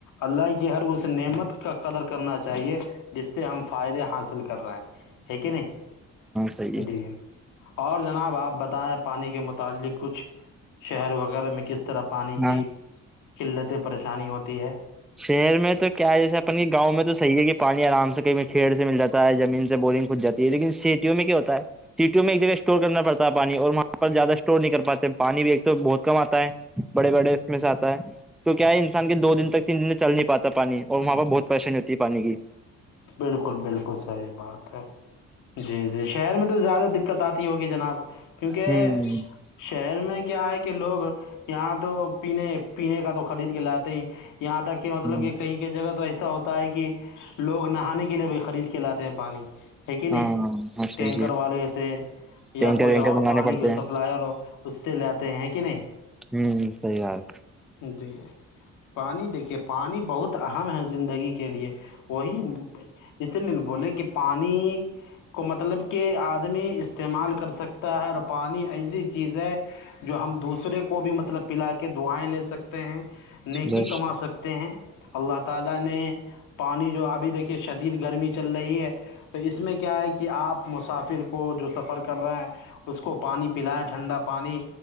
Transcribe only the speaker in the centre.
صحیح ہے
ہاں
شہر میں تو کیا ہے جسے اپن گاؤں میں تو صحی ہے کہ پانی آرام سے کہیں کھیڑ سے مل جاتا ہے زمین سے بورنگ کھود جاتا ہے لیکن سیٹیوں میں کیا ہوتا ہے سیٹیوں میں ایک جگہ اسٹور کرنا پڑتا ہے پانی اور وہاں پر زیادہ اسٹور نہیں کر پاتے پانی بھی ایک تو بہت کم آتا ہے بڑے بڑے اس میں سے آتا ہے تو کیا ہے انسان کے دو دن تک تین دن چل نہیں پاتا پانی اور وہاں پہ بہت پریشانی ہوتی ہے پانی کی
ہوں
ہ
ہاں ہاں صحیح
ہے
ٹینکر
وینکر
منگانے
پڑتے
ہیں
ہوں سی حال
بس